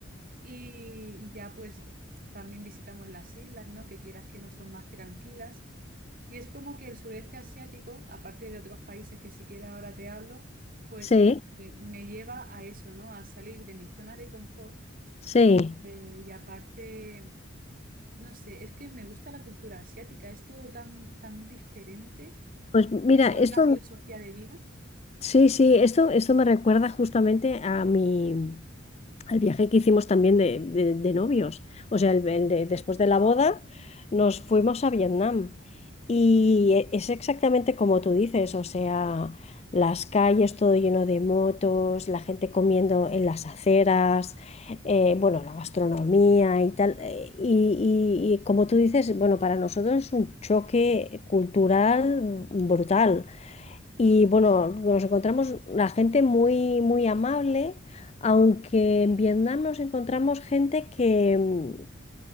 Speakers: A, on the right (about 45°); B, on the left (about 30°).
A: y, y ya pues también visitamos las islas, ¿no? Que quieras que no son más tranquilas. Y es como que el sudeste asiático, aparte de otros países que siquiera ahora te hablo, pues
B: Sí,
A: me, me lleva a eso, ¿no? A salir de mi zona de confort
B: sí.
A: eh, y aparte... No sé, es que me gusta la cultura asiática, es todo tan, tan diferente
B: Pues mira,
A: y otra
B: esto
A: filosofía de vida.
B: Sí, sí, esto, esto me recuerda justamente a mi, al viaje que hicimos también de, de- de novios. O sea, el- el de- después de la boda nos fuimos a Vietnam y e- es exactamente como tú dices, o sea, las calles todo lleno de motos, la gente comiendo en las aceras, eh, bueno, la gastronomía y tal. eh, y, y y como tú dices, bueno, para nosotros es un choque cultural brutal. Y bueno, nos encontramos la gente muy, muy amable, aunque en Vietnam nos encontramos gente que, mm,